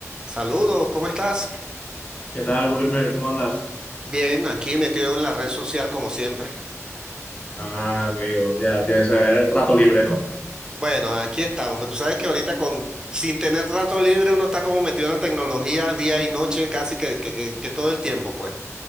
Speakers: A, on the right (about 15°); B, on the left (about 20°).
A: Saludos, ¿cómo estás?
B: ¿Qué tal, Wilmer? ¿Cómo andas?
A: Bien, aquí metido en la red social como siempre.
B: Ah, amigo, ya tienes el rato libre, ¿no?
A: Bueno, aquí estamos, pero tú sabes que ahorita con, sin tener rato libre uno está como metido en la tecnología día y noche casi que, que- que- que todo el tiempo, pues.